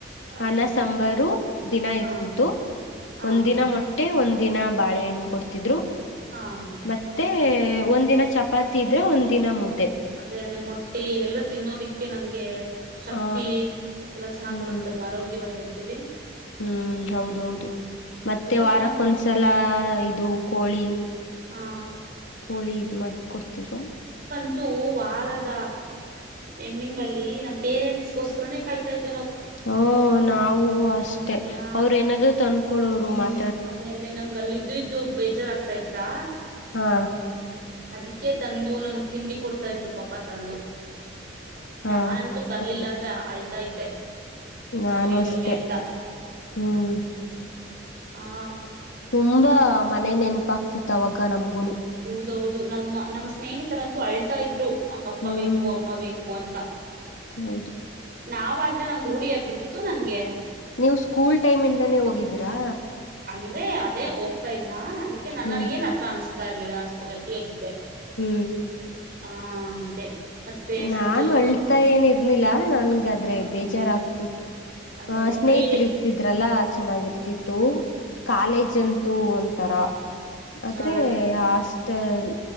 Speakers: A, on the right (about 50°); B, on the left (about 80°).
A: ಹಾ
B: ಅನ್ನ ಸಾಂಬಾರ್ ದಿನ
A: ಹಾ
B: ಇರ್ತಿತ್ತು
A: ಹಾ
B: ಒಂದ ದಿನ ಮೊಟ್ಟೆ ಒಂದ್ ದಿನ ಬಾಳೆಹಣ್ಣ್ ಕೊಡ್ತಿದ್ರು
A: ಹಾ
B: ಮತ್ತೆ
A: ಹೌ
B: ಒಂದಿನ ಚಪಾತಿ ಇದ್ರೆ
A: ಮೊಟ್
B: ಒಂದಿನ ಮುದ್ದೆ
A: ಅದೇ ಅದೇ ಮೊಟ್ಟೆ ಇವೆಲ್ಲ ತಿನ್ನೋದಿಕ್ಕೆ ನಮ್ಗೆ ಕೆ ಶಕ್ತಿ
B: ಆ
A: ಎಲ್ಲ ಚೆನ್ನಾಗ್
B: ಹ್ಮ್
A: ಬರುತ್ತಲ್ವಾ ಆರೋಗ್ಯವಾಗಿ ತವಿ
B: ಹ್ಮ್ ಹೌದೌದು ಮತ್ತೆ
A: ತುಂಬಾ
B: ವಾರಕ್ಕೊಂದ್ಸಲ
A: ಚೆನ್ನಾಗ್ ಕೊಡ್ತು.
B: ಇದು ಕೋಳಿ
A: ಹಾ
B: ಕೋಳಿ ಇದ್ ಮಾಡ ಕೊಡ್ತಿದ್ರು
A: ಮತ್ತು ವಾರದ ಎಂಡಿಂಗ್ ಅಲ್ಲಿ ನ ಪೇರೆಂಟ್ಸ್ ಗೋಸ್ಕರನೇ ಕಾಯ್ತಾ ಇದ್
B: ಓ ನಾವು ಅಷ್ಟೇ
A: ಹಾ
B: ಅವರು ಏನಾದ್ರು ತಂದಕೊಡೋರು ಮತ್ತ
A: ಅದೇ ಅದೇ ನಮ್ಗ ಅಲ್ಲ ಇದಿದ್ದು ಇದ್ದು ಬೇಜಾರಾಗ್ತಾ ಇತ್ತಾ
B: ಹಾ
A: ಅದಕ್ಕೆ ತಂದು ನಮ್ಗ್ ತಿಂಡಿ ಕೊಡ್ತಾ ಇದ್ರು ಪಾಪ ತಂದು
B: ಹಾ
A: ನಾನ್ಂತೂ ಬರ್ಲಿಲ್ಲ
B: ಹೌದು
A: ಅಂದ್ರೆ ಅಳ್ತಾ ಇದ್ದೆ
B: ನಾನು
A: ಬರ್ರಿ
B: ಅಷ್ಟೆ
A: ಬರ್ರಿ ಅಂತ
B: ಹ್ಮ್
A: ಹಾ
B: ತುಂಬಾ ಮನೆ ನೆನಪಾಗ್ತಿತ್ತು ಅವಾಗ ನಮಗ ಒೊನು
A: ಹೌೌದು ನಮ್ಮ ನಮ್ಮ್ ಸ್ನೇಹಿತರ ಅಂತೂ ಅಳ್ತಾ ಇದ್ರು ಹಂಗಪ್ಪ
B: ಹ್ಮ್
A: ಬೇಕು ಅಮ್ಮ ಬೇಕು ಅಂತ
B: ಹೌದು
A: ನಾವ ಆದ್ರೆ ನಮ್ಗ್ ರೂಢಿಯಗ್ಬಿಟ್ಟಿತ್ತು ನನ್ಗೆ
B: ನೀವು ಸ್ಕೂಲ್ ಟೈಮ್ ಇಂದಾನೇ ಹೋಗಿದ್ದೀರಾ
A: ಅಂದ್ರೆ ಅದೇ ಹೋಗ್ತಾ ಇದ್ನಾ ಅದಕ್ಕೆ ನನಗೆ
B: ಹ್ಮ್
A: ಮಾತ್ರ ಅನ್ಸು ತ ಇರ್ಲಿಲ್ಲ ನು ಸ್ವಲ್ಪ ಗಟ್ಟಿಯಾಗಿದ್ದೆ
B: ಹ್ಮ್
A: ಆ ಅದೇ. ಮತ್ತೆ ಸಂಜೆ
B: ನಾನು
A: ಹೊತ್ತು
B: ಅಳ್ತಾ ಏನ್ ಇರ್ಲಿಲ್ಲ
A: ಹ್ಮ
B: ನನ್ಗಾದ್ರೆ
A: ಹ
B: ಬೇಜಾರಾಗ್ತಿತ್ತು,
A: ಅದೇ
B: ಆ
A: ಅದೇ
B: ಸ್ನೇಹಿತ್ರ್
A: ಕ್ರೀಡೆ
B: ಇರ್ತಿದ್ರಲ್ಲಾ ಚನ್ನಾಗಿರ್ತಿತ್ ತೂ, ಕಾಲೇಜ್ ಅಂತೂ ಒಂತರ, ಆದ್ರೆ
A: ಚೆನ್ನಾಗಿತ್ತು
B: ಹಾಸ್ಟೆಲ್